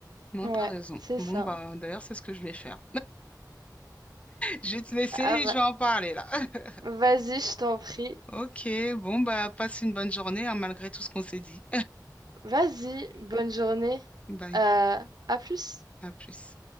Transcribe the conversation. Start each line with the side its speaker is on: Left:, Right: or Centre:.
Left: Non,
Right: ouais
Left: t'as raison.
Right: c'est
Left: Bon,
Right: ça
Left: bah, d'ailleurs, c'est ce que je vais faire. Je vais te laisser,
Right: Ah,
Left: et
Right: bah
Left: je vais en parler là. <laughs>
Right: Vas-y, je t'en prie.
Left: Ok, bon, bah, passe une bonne journée, hein, malgré tout ce qu'on s'est dit.
Right: Vas-y, bonne journée.
Left: <laughs> Bye,
Right: Euh, à plus.
Left: à plus.